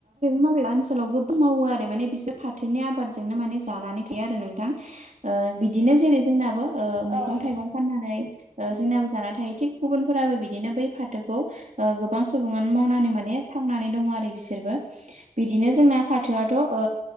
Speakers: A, on the right; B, on the right.
A: मावबा ओनसोलाव गोबां मावो आरो माने बिसोर फाथोनि आबादजोंनो माने जानानै थायो आरो नोंथां । ओ बिदिनो जेरै जोंनाबो। ओ मैगं
B: औ नंगौ
A: थाइगं
B: नोंथां
A: फाननानै जोंनाबो जाना थायो थिग गुबुनफोराबो बिदिनो बै फाथोखौ ओ गोबां सुबनो मावनानै मान थांनानै दङ आरो बिसोरबो बिदिनो जों आ फाथोआथ' ओ